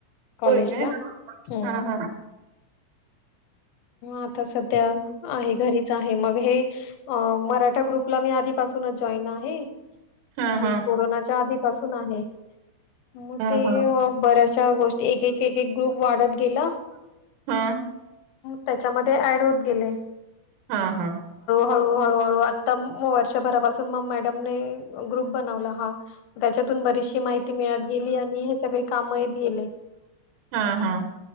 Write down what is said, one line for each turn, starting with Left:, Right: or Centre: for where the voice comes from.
Left: कॉलेज
Right: होय काय?
Left: ला हम्म.
Right: हां, हां.
Left: आता सध्या आहे घरीच आहे मग हे मराठा ग्रुपला मी आधीपासून जॉन आहे म्हणजे
Right: हां, हां.
Left: कोरोनाच्या आधी पासून आहे. मग
Right: हां,
Left: ते
Right: हां.
Left: बऱ्याचशा गोष्टी एक, एक, एक, एक ग्रुप वाढत गेला.
Right: हा.
Left: त्याच्यामध्ये ऍड होत गेले.
Right: हा हा.
Left: हळू हळू आता म वर्षभरापासून मग मॅडमने ग्रुप बनवला ह त्याच्यात. तुन बरीचशी माहिती मिळत गेली आणि हे सगळे काम येत गेले.
Right: हा हा.